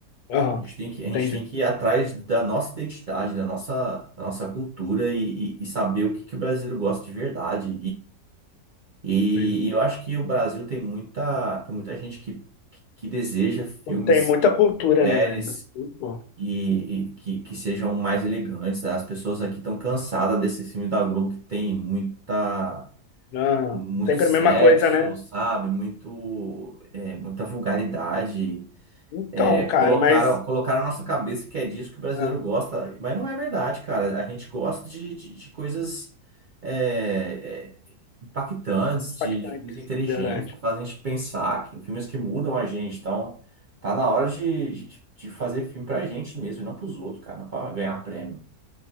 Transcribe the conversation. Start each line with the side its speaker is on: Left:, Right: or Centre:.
Left: Aham,
Right: A gente tem que, a gente
Left: entendi.
Right: tem que ir atrás da nossa identidade, da nossa, da nossa cultura e, e- e saber o que, que o brasileiro gosta de verdade. E,
Left: Pois é.
Right: e eu acho que o Brasil tem muita, tem muita gente que, que, que deseja filmes
Left: Tem muita
Right: e
Left: cultura,
Right: séries
Left: né, velho? Pô.
Right: e, e que, que sejam mais elegantes. As pessoas aqui estão cansadas desse filme da Globo que tem muita,
Left: Aham.
Right: muito
Left: Sempre
Right: sexo,
Left: a mesma coisa, né?
Right: sabe? Muito, é, muita vulgaridade.
Left: Então,
Right: É,
Left: cara,
Right: colocaram,
Left: mas.
Right: colocaram na nossa cabeça que é disso que o brasileiro
Left: ah,
Right: gosta, mas não é verdade, cara. A gente gosta de, de, de coisas é, é, impactantes, de,
Left: impactante,
Right: de filmes inteligentes,
Left: verdade.
Right: que fazem a gente pensar, que, filmes que mudam a gente. Então, tá na hora de, de, de fazer filme pra gente mesmo, e não pros outros, cara, não pra ganhar prêmio.